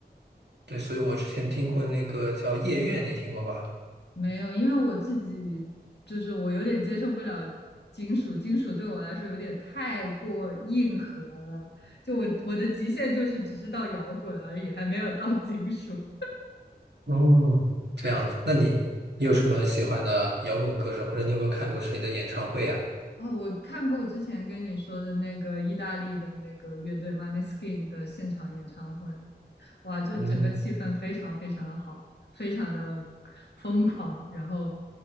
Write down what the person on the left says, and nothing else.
没有，因为我自己就是我有点接受不了金属，金属对我来说有点太过硬核了。就我我的极限就是只是到摇滚而已，还没有到金属。
哦，我看过我之前跟你说的那个意大利的那个乐队 m o n e y s k i n 的现场演唱会，哇，就整个气氛非常非常的好，
非常的疯狂，然后